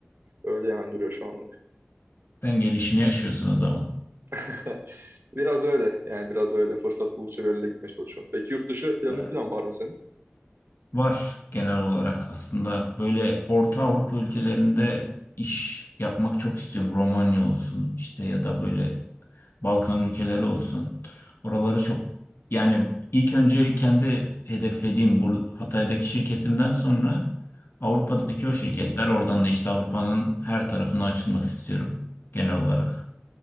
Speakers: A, on the right; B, on the left.
A: Öyle yani duruyor şu anlık.
B: Sen gelişini yaşıyorsun o zaman.
A: <laughs> Biraz öyle yani biraz öyle. Fırsat buldukça bir yerlere gitmeye çalışıyorum. Peki yurt dışı planın
B: Ee,
A: falan var mı senin?
B: Var genel olarak aslında böyle Orta Avrupa ülkelerinde iş yapmak çok istiyorum. Romanya olsun işte ya da böyle Balkan ülkeleri olsun. Oraları çok yani ilk önce kendi hedeflediğim bu Hatay'daki şirketimden sonra Avrupa'daki o şirketler oradan da işte Avrupa'nın her tarafına açılmak istiyorum genel olarak.